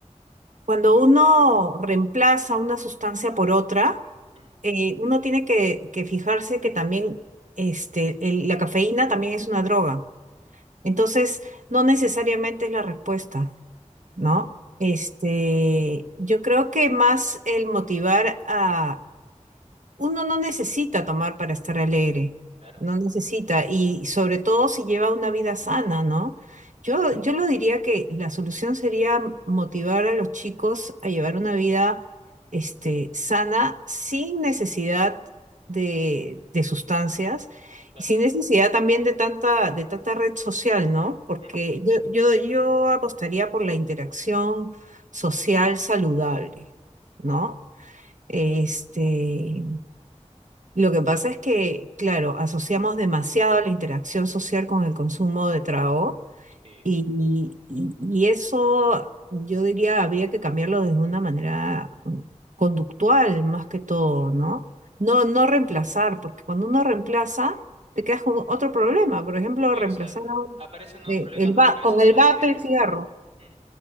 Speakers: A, on the right; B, on the right.
A: cuando uno reemplaza una sustancia por otra,
B: Mm,
A: eh, uno tiene que, que fijarse que también este, el- la cafeína también es una droga. Entonces, no necesariamente es la respuesta, ¿no?
B: mm,
A: Este,
B: mm,
A: yo creo que más el motivar a, uno no necesita tomar para estar alegre,
B: Claro,
A: no necesita, y sobre todo si lleva una vida sana, ¿no? Yo, yo lo diría que la solución sería motivar a los chicos a llevar una vida este, sana sin necesidad de, de sustancias
B: claro.
A: y sin necesidad también de tanta, de tanta red social, ¿no? Porque
B: Mm,
A: yo, yo, yo apostaría por la interacción social saludable, ¿no? Este, lo que pasa es que, claro, asociamos demasiado la interacción social con el consumo de trago
B: Sí.
A: y, y- y eso yo diría habría que cambiarlo desde una manera mm, conductual más que todo, ¿no? No, no reemplazar, porque cuando uno reemplaza te quedas con otro problema. Por ejemplo,
B: Exacto.
A: reemplazar a un-
B: Aparecen nuevos
A: eh,
B: problemas
A: el
B: porque
A: va-
B: aparecen
A: con el
B: nuevas
A: vape
B: ideas.
A: el cigarro.
B: Mm.